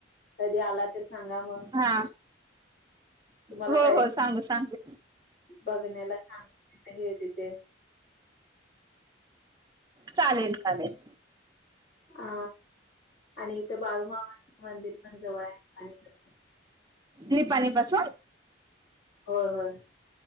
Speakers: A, on the left; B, on the right.
A: कधी आला तर सांगा मग
B: हा
A: तुम्हाला
B: हो
A: पा
B: हो सांगू सांगू
A: बघण्याला सांग तिथं हे तिथे
B: चालेल चालेल
A: आ आणि इथं बाळूमामा मंदिर पण जवळ आहे आणि तस
B: निपा निपाच
A: होय होय